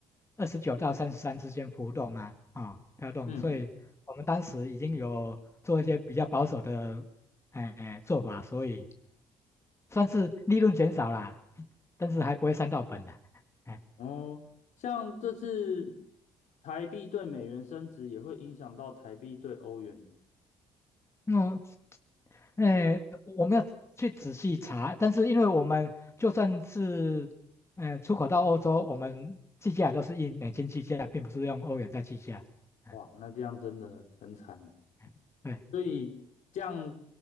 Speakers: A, on the left; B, on the left.
A: 二十九到三十三之间浮动啊，啊、飘动，
B: 嗯，
A: 所以我们当时已经有做一些比较保守的哎做法，所以算是利润减少啦，但是还不会伤到本啦。哎
B: 哦，像这次台币对美元升值，也会影响到台币对欧元。
A: 嗯，哎，我们要去仔细查，但是因为我们就算是嗯出口到欧洲，我们计价也都是以美金计价，并不是用欧元在计价。<laughs> 嗯
B: 哇，那这样真的很惨欸，
A: 嗯对。
B: 所以这样